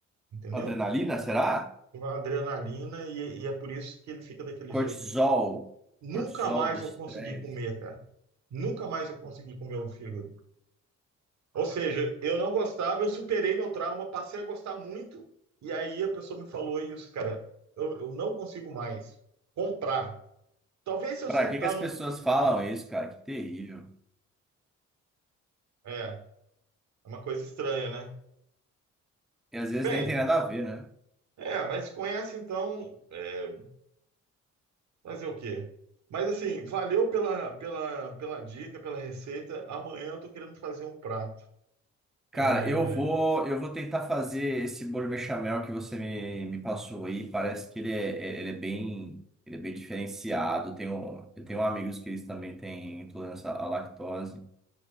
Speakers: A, on the right (about 65°); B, in the centre.
A: entendeu?
B: Adrenalina, será?
A: Uma adrenalina e, e é por isso que ele fica daquele
B: Cortisol.
A: jeito. Nunca
B: Cortisol
A: mais
B: do estresse.
A: eu consegui comer, cara. Nunca mais eu consegui comer o fígado. Ou seja, eu não gostava, eu superei meu trauma, passei a gostar muito, e aí a pessoa me falou isso, cara. Eu, eu não consigo mais comprar. Talvez se eu
B: Pra
A: sentar
B: que que as
A: num.
B: pessoas falam isso, cara? Que terrível.
A: É, é uma coisa estranha, né?
B: E às vezes
A: Bem,
B: nem tem nada a ver, né?
A: é, mas conhece então. é, Fazer o quê? Mas assim, valeu pela, pela, pela dica, pela receita. Amanhã eu estou querendo fazer um prato.
B: Cara,
A: É
B: eu vou, eu vou tentar fazer esse bolo bechamel que você me, me passou aí. Parece que ele é, ele é bem, ele é bem diferenciado. Tenho, eu tenho amigos que eles também têm intolerância à lactose